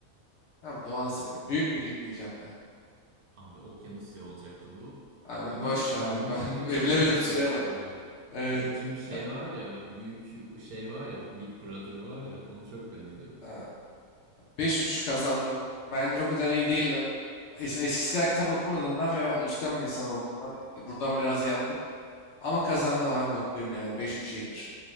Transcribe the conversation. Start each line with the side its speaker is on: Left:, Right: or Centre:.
Left: Tamam Doğu Asya değil. Büyük Birlik diyeceğim ya.
Right: Abi Okyanusya olacaktı bu.
Left: Abi
Right: Ama
Left: boş ver
Right: Büyük
Left: abi. <laughs> Bak,
Right: Birlik
Left: Bilemedim
Right: çok kafa
Left: soruya
Right: karıştırıcı.
Left: bak. Evet.
Right: Ya Çünkü şey
Left: Abi,
Right: var ya, büyük şey var ya, Big Brother var ya, onu çok benziyor.
Left: ha, 5-3 kazandım. Bence o kadar iyi değildim. Es- Eskisi kadar kitap okumadığımdan ve ben unutkan bir insan olduğumdan e, buradan biraz yandık. Ama kazandım abi mutluyum yani. beş üç iyidir.